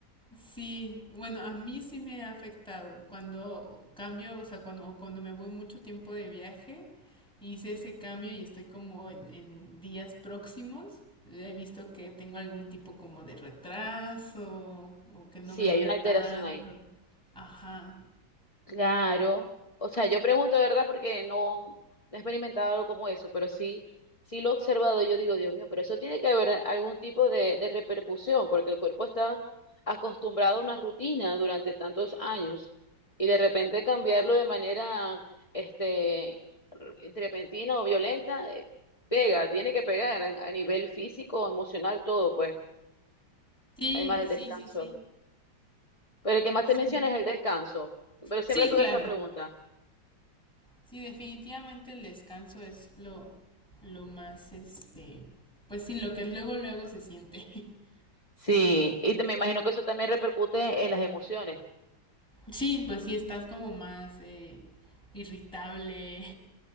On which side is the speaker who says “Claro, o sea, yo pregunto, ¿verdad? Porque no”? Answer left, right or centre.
Left